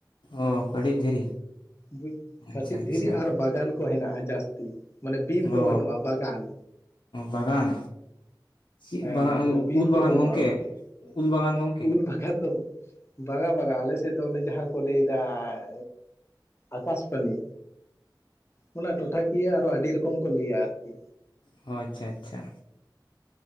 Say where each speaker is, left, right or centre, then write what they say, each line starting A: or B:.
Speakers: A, on the left; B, on the left.
A: ᱚᱸ ᱠᱟᱹᱴᱤᱡ‌ ᱫᱷᱤᱨᱤ᱾
B: ᱵᱩᱪ ᱠᱟᱴᱤᱡ
A: ᱟᱪᱪᱷᱟ ᱟᱪᱪᱷᱟ
B: ᱫᱷᱤᱨᱤ ᱟᱨ ᱵᱟᱜᱟᱱ ᱠᱚ ᱦᱮᱱᱟᱜ-ᱟ ᱡᱟᱹᱥᱼᱼ ᱛᱤ ᱢᱟᱱᱮ ᱵᱤᱨ ᱫᱚ
A: ᱚ
B: ᱵᱟᱱᱩᱜ-ᱟ ᱵᱟᱜᱟᱱ᱾
A: ᱵᱟᱜᱟᱱ ᱪᱮᱫ
B: ᱦᱮᱸ
A: ᱵᱟᱜᱟᱱ
B: ᱢᱟᱱᱮ ᱵᱤᱨ
A: ᱩᱞ
B: ᱫᱚ
A: ᱵᱟᱜᱟᱱ
B: ᱵᱟᱱᱩᱜ-ᱟ
A: ᱜᱚᱝᱠᱮ
B: ᱚᱱᱟ
A: ᱩᱞ ᱵᱟᱜᱟᱱ ᱜᱚᱝᱠᱮ
B: ᱩᱞ ᱵᱷᱟᱼᱼ ᱠᱷᱟᱱ ᱫᱚ ᱵᱟᱝᱟ ᱵᱟᱝᱟ ᱟᱞᱮ ᱥᱮᱜ ᱫᱚ ᱚᱱᱮ ᱡᱟᱦᱟᱸ ᱠᱚ ᱞᱟᱹᱭ ᱫᱟ ᱼᱼ ᱟᱠᱟᱥᱼᱯᱟᱹᱱᱤ ᱚᱱᱟ ᱴᱚᱴᱷᱟ ᱠᱤᱭᱟᱹ ᱟᱨᱚ ᱟᱰᱤ ᱨᱚᱠᱚᱢ ᱠᱚ ᱞᱟᱹᱭᱟ ᱟᱨᱠᱤ᱾
A: ᱦᱚᱸ ᱟᱪᱪᱷᱟ ᱟᱪᱷᱟ᱾